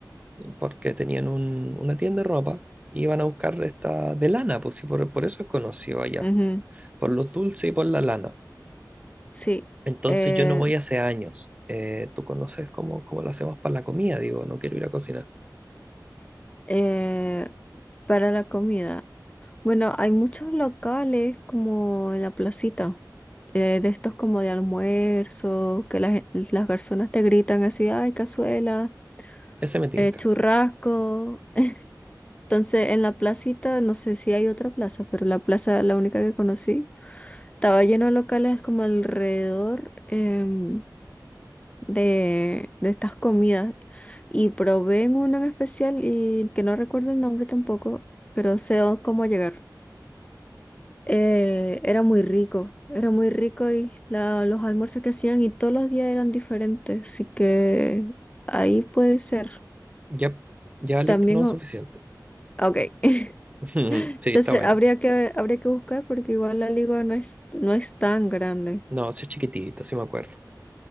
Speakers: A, on the right (about 20°); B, on the left (about 20°).
A: porque tenían un- una tienda de ropa y iban a buscar esta de lana, pues sí, por, por eso es conocido allá,
B: ujú,
A: por los dulces y por la lana.
B: Sí.
A: Entonces
B: Eh,
A: yo no voy hace años. Eh, tú conoces cómo, cómo lo hacemos para la comida, digo, no quiero ir a cocinar.
B: Eh, para la comida. Bueno, hay muchos locales como en la placita, eh, de estos como de almuerzo, que las, las personas te gritan así, ay, cazuela,
A: Ese me tinca.
B: eh, churrasco. Entonces, en la placita, no sé si hay otra plaza, pero la plaza, la única que conocí, estaba lleno de locales como alrededor em, de, de estas comidas. Y probé en uno en especial y que no recuerdo el nombre tampoco, pero sé o- cómo llegar. eh, era muy rico, era muy rico y la- los almuerzos que hacían y todos los días eran diferentes, así que ahí puede ser.
A: Ya, ya listo,
B: También,
A: no,
B: o-
A: suficiente.
B: ah, ok. <laughs>
A: <laughs>
B: Entonces
A: Sí, está bueno.
B: habría que, habría que buscar porque igual la ligua no es, no es tan grande.
A: No, sí es chiquitito, sí me acuerdo.